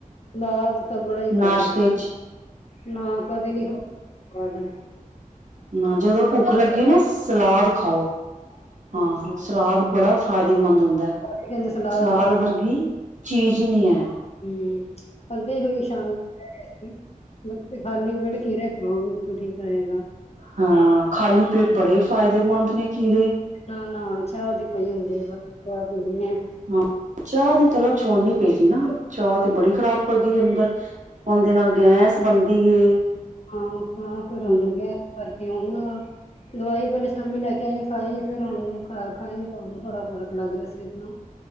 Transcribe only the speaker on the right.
ਨਾਸ਼ਤੇ
ਚ
ਨਾ ਜਦੋਂ ਭੁੱਖ ਲੱਗੇ ਨਾ, ਸ ਤਲਾਦ ਖਾਓ‌। ਹਾਂ,
ਸਲਾਦ ਬੜਾ ਫਾਇਦੇਮੰਦ ਹੁੰਦ ਦਾ,
ਸਲਾਦ
ਵਰਗੀ ਚੀਜ਼ ਨੀ ਐ।
ਹਾਂ, ਖਾਲੀ ਪੇਟ ਬੜੇ ਫ਼ਾਇਦੇਮੰਦ ਨੇ ਖੀੜੇ।
ਹਾਂ ਚਾਹ ਦੀ ਤਲਬ ਛੋੜਨੀ ਪਏਗੀ ਨਾ‌। ਚਾਹ ਤੇ ਬੜੀ ਖ਼ਰਾਬ ਕਰਦੀ ਏ ਅੰਦਰ, ਔੰਦੇ ਨਾਲ ਗੈਸ ਬਨਦੀ ਏ।
ਹਮ